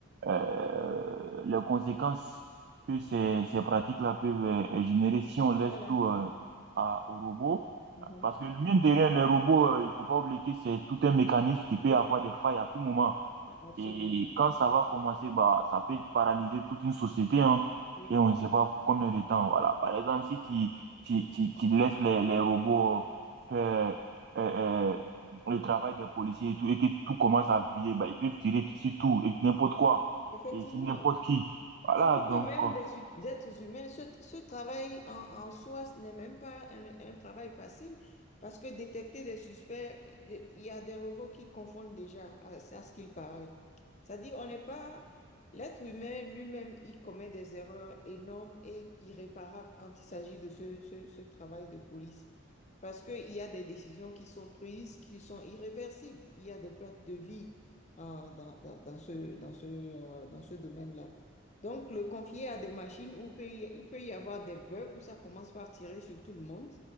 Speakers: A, on the right (about 50°); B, on the left (about 35°).
A: euh, les conséquences que ces, ces pratiques-là peuvent euh, générer si on laisse
B: voilà,
A: tout euh, à, aux robots.
B: Mhm.
A: Parce que mine de rien, les robots, euh, il faut pas oublier que c'est tout un mécanisme qui peut avoir des failles à tout moment.
B: absolument.
A: Et quand ça va commencer, bah, ça peut paralyser toute une société, hein,
B: Oui.
A: et on ne sait pas combien de temps. Voilà. Par exemple, si tu, tu, tu, tu laisses les, les robots faire euh, euh, le travail des policiers et tout, et que tout commence à briller, bah, ils peuvent tirer sur tout et n'importe quoi,
B: Effectivement.
A: et sur n'importe qui. Voilà,
B: Surtout
A: donc.
B: que même
A: euh,
B: des, hu- des êtres humains, ce, ce travail en, en soi, ce n'est même pas un, un travail facile parce que détecter des suspects, des- il y a des robots qui confondent déjà à, à ce qu'il paraît. C'est-à-dire, on n'est pas... L'être humain lui-même, il commet des erreurs énormes et irréparables quand il s'agit de ce, ce, ce travail de police. Parce qu'il y a des décisions qui sont prises, qui sont irréversibles. Il y a des pertes de vie euh, dans, dans, dans ce, dans ce, euh, dans ce domaine-là. Donc, le confier à des machines où peut y- il peut y avoir des bugs, où ça commence par tirer sur tout le monde.